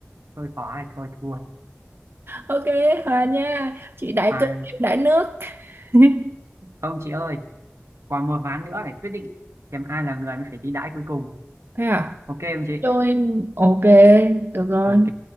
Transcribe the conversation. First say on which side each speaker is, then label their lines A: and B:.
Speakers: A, on the right; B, on the right.
A: thôi khó rồi thôi thua
B: ok hòa nha chị đãi
A: à
B: cơm em đãi nước <laughs>
A: không chị ơi còn một ván nữa để quyết định xem ai là người mới phải đi đãi cuối cùng
B: thế à
A: ok không chị
B: Trôi ok được rồi
A: ok